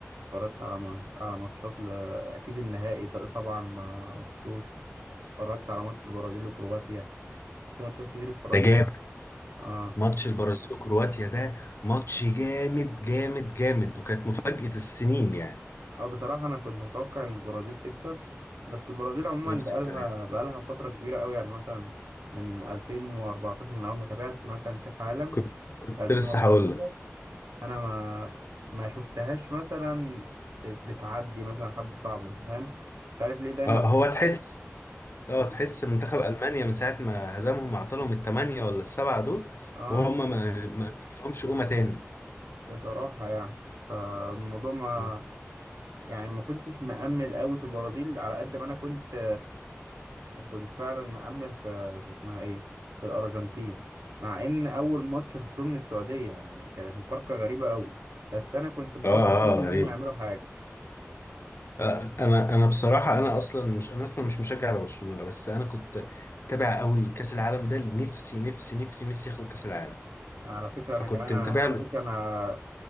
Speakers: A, on the right (about 80°); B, on the left (about 55°).
A: اتفرجت على ما- على ماتشات ل... أكيد النهائي ط- طبعا ما ما سبتوش اتفرجت على ماتش البرازيل وكرواتيا في ماتشات كتير اتفرجت
B: ده جامد
A: آه،
B: ماتش البرازيل وكرواتيا ده ماتش جامد جامد جامد وكانت مفاجأة السنين يعني
A: اه بصراحة أنا كنت متوقع إن البرازيل تكسب بس البرازيل عموما
B: نفس
A: بقالها
B: الكلام
A: بقالها فترة كبيرة أوي يعني مثلا من 2014 من أول ما تابعت مثلا كأس عالم
B: كنت كنت
A: في 2014
B: لسه هقول لك
A: أنا ما ما شفتهاش مثلا بت- بتعدي مثلا حد صعب أنت فاهم مش عارف ليه دايما
B: آه، هو تحس اه
A: م-
B: تحس منتخب ألمانيا من ساعة ما هزمهم وعطلهم الثمانية ولا السبعة دول
A: اه
B: وهم ما ما لهمش قومة تاني
A: بصراحة يعني فالموضوع ما
B: اه
A: يعني ما كنتش مأمل أوي في البرازيل على قد ما أنا كنت كنت فعلا مأمل في في اسمها ايه في الأرجنتين مع ان اول ماتش خسروه من السعودية يعني كانت مفارقة غريبة قوي بس انا كنت متوقع
B: اه
A: فعلا ان
B: غريب
A: هم يعملوا حاجة
B: آه، انا انا بصراحة انا اصلا مش انا اصلا مش مشجع لبرشلونة بس انا كنت متابع قوي كأس العالم ده نفسي نفسي نفسي ميسي ياخد كأس العالم
A: على فكرة
B: فكنت
A: انا كمان على
B: متابع له
A: فكرة انا